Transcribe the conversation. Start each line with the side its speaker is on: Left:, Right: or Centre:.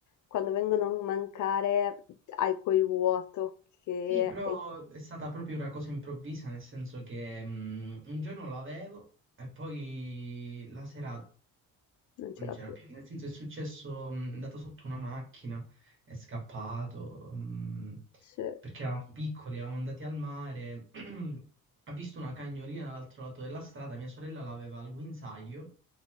Left: quando vengono a mancare hai quel vuoto che
Right: Sì, però
Left: e
Right: è stata proprio una cosa improvvisa, nel senso che mh, un giorno l'avevo e poi la sera
Left: non c'era
Right: Non c'era
Left: più.
Right: più, nel senso è successo, mh, è andato sotto una macchina, è scappato, mh,
Left: Sì,
Right: perché eravamo piccoli, eravamo andati al mare, <clears throat> ha visto una cagnolina dall'altro lato della strada, mia sorella l'aveva al guinzaglio,